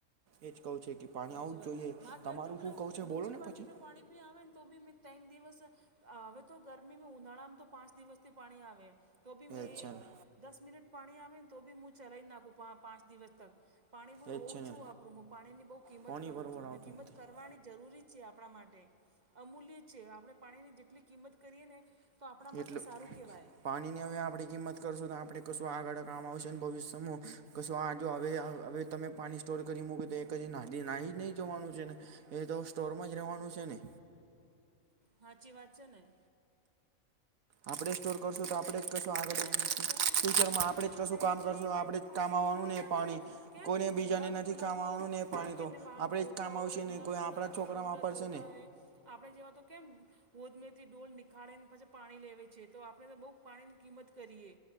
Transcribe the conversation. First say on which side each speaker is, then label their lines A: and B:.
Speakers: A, on the right (about 75°); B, on the right (about 35°).
A: એ જ કઉં છે કે પાણી
B: હાચી
A: આવું જ
B: વાત
A: જોઈએ
B: માર
A: તમારું
B: ઘેર તો પેલું
A: શું કહું છે
B: મ્યુનિસિપાલટીનું
A: બોલો ને પછી
B: પાણી બી આવે ને તો બી મી તેન દિવસ અ હવે તો ગરમીમાં ઉનાળામાં તો પાંચ દિવસથી પાણી આવે. તો બી મેં
A: જ
B: એ
A: છે ને
B: દસ મિનિટ પાણી આવે ને તો બી મું ચલાઈ જ નાખું. પાંચ દિવસ તક પાણી બ
A: એ જ
B: ઓછું
A: છે ને
B: વાપરું હું પાણી ની બહુ કિંમત
A: પાણી
B: કરું
A: બરોબર
B: છું ને
A: આવતું
B: કિંમત
A: નથી
B: કરવાની જરૂરી છે આપણા માટે અમૂલ્ય છે આપણે પાણીની જેટલી કિંમત કરીએ ને તો આપણા માટે
A: એટલેું
B: સારું કહેવાય
A: પાણીની હવે આપણે કિંમત કરશું તો આપણે કશું આગળ કામ આવશે ને ભવિષ્યમાં કશું આ જો હવે હવે તમે પાણી સ્ટોર કરી મૂકી તો એક હછ નાદી નાહી જ નહીં જવાનું છે ને એ તો સ્ટોરમાં જ રવાનું છે ને
B: હાચી વાત છે નહી
A: આપણે સ્ટોર કરશું તો આપણે આરમાં
B: જેના ઘે જેના ઘેર મેં તો ટ્યુબવેલ
A: આપણેે જ કશું
B: ખોદાયેલું
A: કામ
B: હોય
A: કરશું
B: એ માણસ
A: આપણેે
B: તો
A: જ
B: પાણીની
A: કામ આવવાનું
B: કિંમત
A: ને
B: ના
A: પાણી
B: કરે કેમ
A: કોઈને બીજાને
B: નળ
A: નથી
B: ખુલ્લા
A: કામવાનું
B: ધો
A: ને પાણી
B: રાખીને
A: તો
B: વાહણ
A: આપણેે
B: ધોતા
A: જ કામ આવશે
B: હોય
A: નહી
B: નળ
A: કોઈ
B: ખુલ્લા
A: આપણા
B: રાખીને
A: છોકરા
B: લુગડા
A: વાપરશે
B: ધોતા
A: ને
B: હોય આપણે જેવા તો કેમ ગોદમેરથી ડઢોલ નિખાળેને પછી પાણી લેએ છે તો આપણે તો બહુ પાણી કિંમત કરીએ